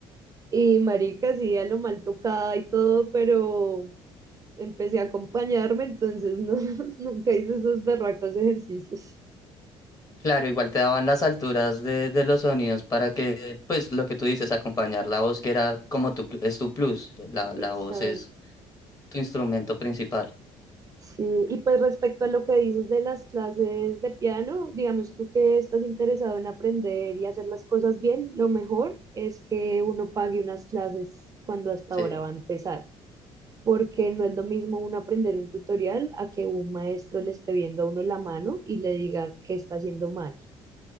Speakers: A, on the right (about 30°); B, on the left (about 30°).
A: Y marica, sí, a lo mal tocada y todo, pero empecé a acompañarme, entonces no, <laughs> nunca hice esos berracos ejercicios.
B: Claro, igual te daban las alturas de, de los sonidos para que, pues, lo que tú dices, acompañar la voz, que era como tu, pl- es tu plus. La,
A: Exacto.
B: la voz es tu instrumento principal.
A: Sí, y pues respecto a lo que dices de las clases de piano, digamos tú que estás interesado en aprender y hacer las cosas bien, lo mejor es que uno pague unas clases cuando hasta
B: Sí.
A: ahora va a empezar, porque no es lo mismo uno aprender un tutorial a que un maestro le esté viendo a uno la mano y le diga que está haciendo mal.